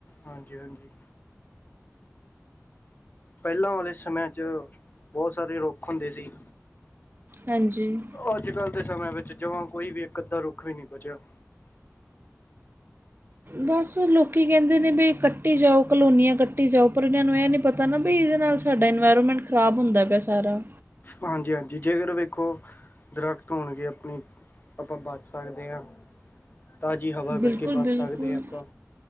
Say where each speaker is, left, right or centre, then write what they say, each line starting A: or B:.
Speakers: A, on the left; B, on the right.
A: ਹਾਂਜੀ-ਹਾਂਜੀ। ਪਹਿਲਾਂ ਵਾਲੇ ਸਮਿਆਂ 'ਚ ਬਹੁਤ ਸਾਰੇ ਰੁੱਖ ਹੁੰਦੇ ਸੀ।
B: ਹਾਂਜੀ
A: ਅੱਜ-ਕੱਲ੍ਹ ਦੇ ਸਮੇਆਂ ਵਿੱਚ ਜਮਾਂ ਕੋਈ ਵੀ ਇੱਕ -ਅੱਧਾ ਰੁੱਖ ਵੀ ਨਹੀਂ ਬਚਿਆ।
B: ਬਸ ਲੋਕੀ ਕਹਿੰਦੇ ਨੇ ਵੀ ਕੱਟੀ ਜਾਓ ਕਲੋਨੀਆਂ ਕੱਟੀ ਜਾਓ। ਪਰ ਇਹਨਾਂ ਨੂੰ ਇਹ ਨਹੀਂ ਪਤਾ ਨਾ ਵੀ ਇਹਦੇ ਨਾਲ ਸਾਡਾ ਇਨਵਾਇਰਮੈਂਟ ਖ਼ਰਾਬ ਹੁੰਦਾ ਪਿਆ ਸਾਰਾ
A: ਹਾਂਜੀ-ਹਾਂਜੀ, ਜੇਕਰ ਵੇਖੋ ਦਰੱਖਤ ਹੋਣਗੇ ਆਪਣੀ, ਆਪਾਂ ਬਚ ਸਕਦੇ ਹਾਂ। ਤਾਜ਼ੀ ਹਵਾ ਕਰਕੇ
B: ਬਿਲਕੁਲ
A: ਬਚ
B: ਬਿਲਕੁਲ
A: ਸਕਦੇ ਹਾਂ ਆਪਾਂ,